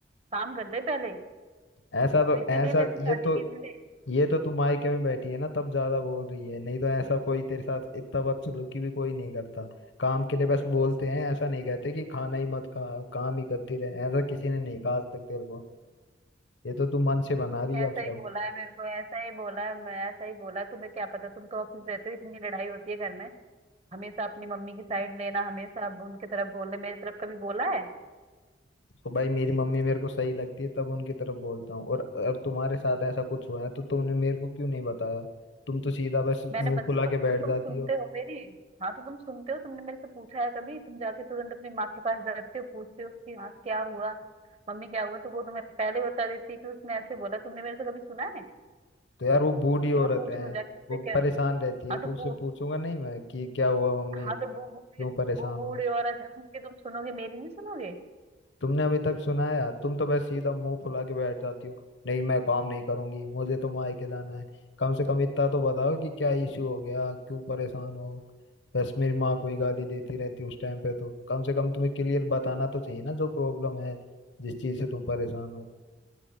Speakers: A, on the right; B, on the left.
A: काम कर ले पहले
B: ऐसा तो
A: तो इसीलिए
B: ऐसा
A: मेरे से शादी
B: ये तो
A: किसी ने
B: ये तो तुम मायके में बैठी है ना तब ज्यादा बोल रही है नहीं तो ऐसा कोई तेरे साथ इतना बदसलूकी भी कोई नहीं करता काम के लिए बस बोलते हैं ऐसा नहीं कहते कि खाना ही मत खा काम ही करती रहे ऐसा किसी ने नहीं कहा आज तक तेरे को ये तो तू मन से बना रही है
A: ऐसा
B: अब
A: ही
B: सब।
A: बोला है मेरे को ऐसा ही बोला है मैं ऐसा ही बोला तुम्हें क्या पता तुम तो ऑफिस रहते हो इतनी लड़ाई होती है घर में हमेशा अपनी मम्मी की साइड लेना हमेशा अब उनके तरफ बोलना मेरी तरफ कभी बोला है
B: तो भाई मेरी मम्मी मेरे को सही लगती है तब उनकी तरफ बोलता हूँ और अब तुम्हारे साथ ऐसा कुछ हुआ है तो तुमने मेरे को क्यों नहीं बताया तुम तो सीधा बस मुंह
A: मैंने बता
B: फुला
A: तुम
B: के
A: तुम
B: बैठ
A: तुम
B: जाती
A: सुनते
B: हो
A: हो मेरी हाँ तो तुम सुनते हो तुमने मेरे से पूछा है कभी तुम जाके तुरंत अपनी माँ के पास जाते हो पूछते हो कि हाँ क्या हुआ मम्मी क्या हुआ तो वो तुम्हें पहले बता देती है कि उसने ऐसे बोला तुमने मेरे से कभी सुना है
B: तो यार वो बूढ़ी औरत
A: कि मैं पूछ
B: है
A: लूँ जाके उससे
B: वो
A: क्या
B: परेशान रहती है
A: हाँ
B: तो
A: तो
B: उससे
A: वो
B: पूछूंगा नहीं मैं कि क्या हुआ मम्मी
A: हाँ
B: क्यों
A: तो वो वो
B: परेशान
A: वो बूढ़े
B: हो
A: औरत है उनकी तुम सुनोगे मेरी नहीं सुनोगे
B: तुमने अभी तक सुना है तुम तो बस सीधा मुंह फुला के बैठ जाती हो नहीं मैं काम नहीं करूंगी मुझे तो मायके जाना है कम से कम इतना तो बताओ कि क्या इशू हो गया क्यों परेशान हो बस मेरी माँ कोई गाली देती रहती उस टाइम पे तो कम से कम तुम्हें क्लियर बताना तो चाहिए ना जो प्रॉब्लम है जिस चीज से तुम परेशान हो